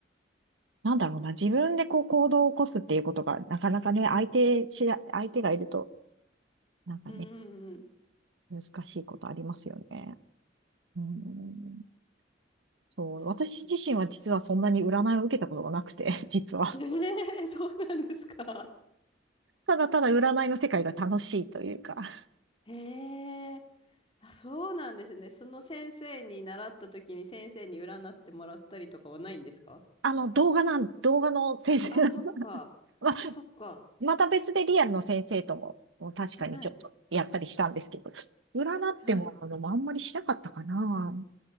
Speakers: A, on the right (about 80°); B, on the left (about 30°).
A: なんだろうな、自分でこう行動を起こすっていうことが、なかなかね、相手しら、相手がいると、
B: <laughs>
A: なんかね、
B: うんうんうん。
A: 難しいことありますよね。うん、そう、
B: そうです
A: 私自身は実はそんなに占いを受けたことがなくて、<laughs> 実は。
B: <laughs> えー、そうなんですか。
A: ただただ占いの世界が楽しいというか、
B: へえあ、そうなんですね。その先生に習った時に先生に占ってもらったりとかはないんですか
A: あの動画なん、動画の先生なん、
B: あ、そっか。
A: <laughs> まあ、
B: そっか。
A: また別でリアルの先生とも、もう確かにちょっとやったりしたんですけど、
B: はい。
A: 占ってもらうのもあんまりしなかったかな。
B: はい。